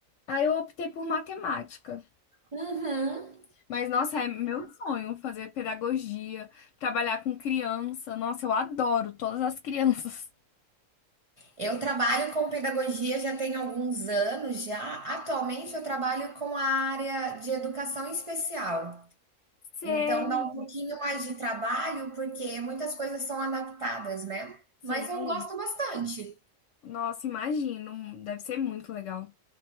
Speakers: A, on the left; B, on the right.
A: Aí eu optei por matemática.
B: Uhum.
A: Mas, nossa, é meu sonho fazer pedagogia, trabalhar com criança. Nossa, eu adoro todas as crianças.
B: Eu trabalho com pedagogia já tem alguns anos já. Atualmente eu trabalho com a área de educação especial.
A: <laughs> Sei.
B: Então dá um pouquinho mais de trabalho porque muitas coisas são adaptadas, né?
A: Sim.
B: Mas eu gosto bastante.
A: Nossa, imagino. Deve ser muito legal.